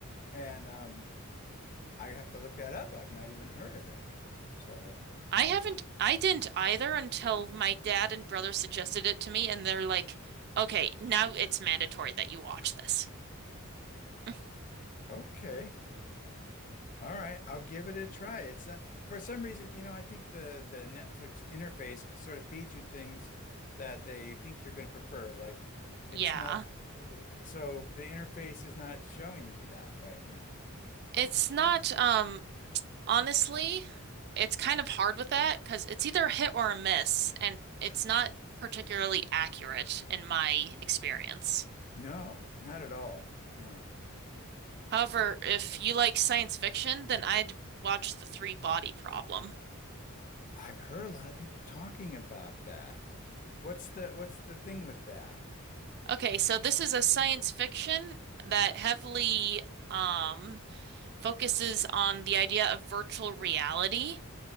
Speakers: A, on the left (about 35°); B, on the right (about 50°).
A: and um, I have to look that up. I've not even heard of it. So
B: I haven't, I didn't either until my dad and brother suggested it to me, and they're like, okay, now it's mandatory that you watch this. <laughs>
A: okay. All right, I'll give it a try. It's not for some reason, you know, I think the the Netflix interface c- sort of feeds you things that they think you're going to prefer. Like it's
B: Yeah.
A: not so the interface is not showing me that right now.
B: It's not, um, Honestly, it's kind of hard with that because it's either a hit or a miss, and it's not particularly accurate in my experience.
A: No, not at all. No.
B: However, if you like science fiction, then I'd watch The Three Body Problem.
A: I've heard a lot of people talking about that. What's the what's the thing with that?
B: Okay, so this is a science fiction that heavily um, focuses on the idea of virtual reality